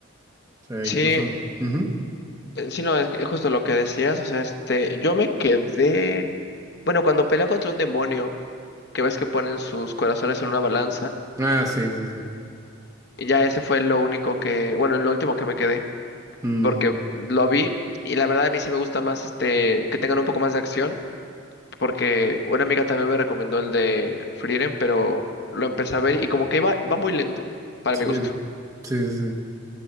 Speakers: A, on the right (about 15°); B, on the left (about 55°).
A: O sea,
B: Sí,
A: incluso.
B: eh,
A: ujú.
B: sí, no, es que justo lo que decías. O sea, este, yo me quedé. Bueno, cuando pelea contra un demonio, que ves que ponen sus corazones en una balanza,
A: Ah, sí, sí, sí.
B: y ya ese fue lo único que. Bueno, lo último que me quedé,
A: Mm,
B: porque lo vi. Y la verdad a mí sí me gusta más este que tengan un poco más de acción, porque una amiga también me recomendó el de Frieren, pero lo empecé a ver y como que va, va muy lento, para
A: sí,
B: mi gusto.
A: sí, sí, sí.